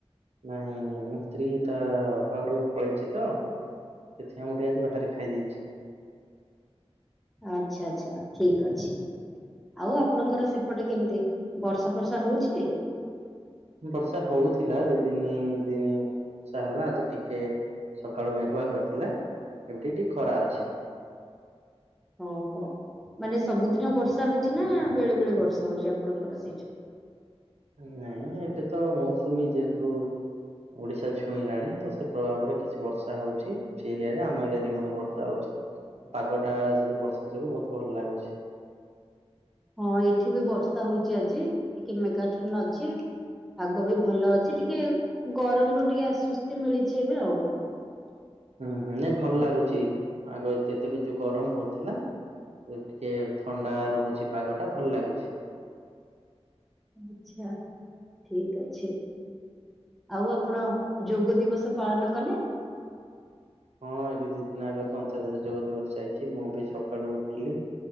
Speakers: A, on the right; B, in the centre.
A: ନାଇଁ ମଁ ସ୍ତ୍ରୀ ତା ବାପା ଘରକୁ ପଳେଇଛି ତ ସେଥି ପାଇଁ ମୁ ଟିକେ ଆଜି ବାହାରେ ଖାଇ ଦେଇେଛି
B: ଆଚ୍ଛା ଆଚ୍ଛା ଠିକ ଅଛି। ଆଉ ଆପଣଙ୍କର ସେପଟେ କେମିତି ବର୍ଷା ଫର୍ଷା ହଉଛି
A: ବର୍ଷା ହଉଥିଲା ଦ ଦିନ ଦିନ ବର୍ଷା ହେଲା ଆଜି ଟିକେ ସକାଳୁ ମେଘୁଆ କରିଥିଲା ଏମିତି ଟିକେ ଖରା ଅଛି
B: ଓ ହୋ ମାନେ ସବୁଦିନ ବର୍ଷା ହଉଛି ନା ବେଳେ ବେଳେ ବର୍ଷା ହଉଛି ଆପଣଙ୍କର ସେଇଠି
A: ନାଇଁ ଏବେ ତ ମୌସୁମୀ ଯେହେତୁ ଓଡିଶା ଛୁଇଁଲାଣି ତ ସେ ପ୍ରଭାବରେ କିଛି ବର୍ଷା ହଉଛି। ସେ ଏରିଆ ରେ ଆମ ଏରିଆରେ ମଧ୍ୟ ବର୍ଷା ହଉଛି ପାଗଟା ଯଦି ବର୍ଷା ଯୋଗୁ ବହୁତ ଭଲ ଲାଗୁଛି।
B: ହଁ ଏଠି ବି ବର୍ଷା ହଉଛି ଆଜି ଟିକେ ମେଗା ଛନ ଅଛି ପାଗ ବି ଭଲ ଅଛି ଟିକେ ଗରମରୁୁ ଟିକେ ଆଶୁସ୍ତି ମିଳିଛି ଏବେ ଆଉ
A: ହୁଁ ହୁଁଁ ଭଲ ଲାଗୁଛି ଆଗ ଯେତେକ ଯୋଉ ଗରମ ହଉଥିଲା ଟିକେ ଥଣ୍ଡା ରହୁଛି ପାଗ ଟା ଭଲ ଲାଗୁଛି
B: ଆଚ୍ଛା ଠିକ ଅଛି। ଆଉ ଆପଣ ଯୋଗ ଦିବସ ପାଳନ କଲେ
A: ହଁ ଏବେ ଦି ଦିନ ଆଗ ତ ଅନ୍ତର୍ରା୍ୟ ଯୋଗ ଦିବସ ଯାଇଛି ମୁଁ ବି ସକାଳୁ ଉଠିଲି